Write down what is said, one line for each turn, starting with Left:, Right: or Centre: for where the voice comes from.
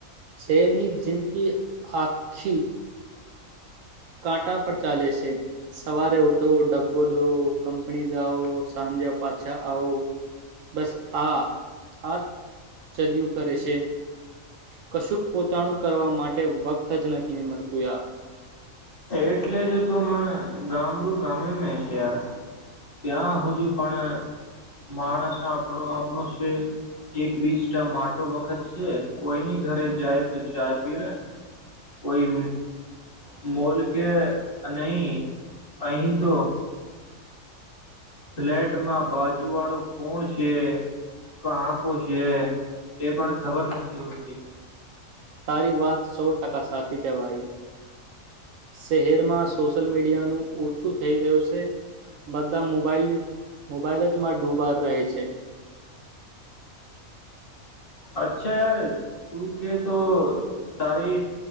Right: શેરની જિંદગી આખી કાંટા પર ચાલે સે સવારે ઉઠો ડબ્બો લો કંપની જાઓ સાંજે પાછા આવો બસ આ આ ચલયુ કરે છે કશુંક પોતાનું કરવા માટે વક્ત જ નથી મળતું યાર
Left: એટલે જો તો મણે ગામડું ગમે મે છે યાર ત્યાં હજુ પણ માણસ આપડો આપણો છે એક બીસ ટા માટો વખત છે કોઈની ઘરે જાય તો ચાય પીવે કોઈ મો મોલ કે નહી અહી તો ફ્લેટમાં બાજુ વાળો કોણ છે કાકો છે એ પણ ખબર નથી હોતી
Right: તારી વાત સો ટકા સાચી છે ભાઈ શહેરમાં સોશિયલ મીડિયાનું ઓછું થઈ ગયું છે સે બધા મોબાઈલ મોબાઈલ જ માં ડુબા રહે છે
Left: અચ્છા યાર તું કે તો તારી